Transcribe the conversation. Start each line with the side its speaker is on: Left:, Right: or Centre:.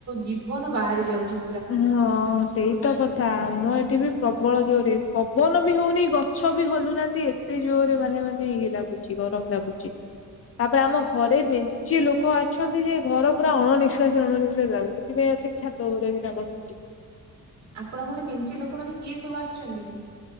Right: ଜୀବନ ବାହାରି ଯାଉଚି
Left: ହଁ ସେଇତ କ ଥା ଆମ ଏଠିବି ପ୍ରବଳ ଜୋରେ ପବନବି ହଉନି ଗଛବି ହଲୁନାହାନ୍ତି ଏତେ ଏତେ ଜୋରେ ମାନେ ମାନେ ଇଏ ଲାଗୁଚି ଗରମ୍ ଲାଗୁଚି। ତାପରେ ଆମ ଘରେ ମେଞ୍ଚେ ଲୋକ ଅଛନ୍ତିଯେ ଘର ପୁରା ଅଣ ନିିଶ୍ଵାସୀ ଅଣ ନିିଶ୍ୱାସୀ ଲାଗୁଚି। ସେଥିପାଇଁ ଆସିକି ଛାତ ଉପରେ ଏଇଖିନା ବସିଚି।
Right: ଆପଣଙ୍କ ଘରେ ମେଞ୍ଚେ ଲୋକ ମାନେ କିଏ ସବୁ ଆସିଚନ୍ତିକି?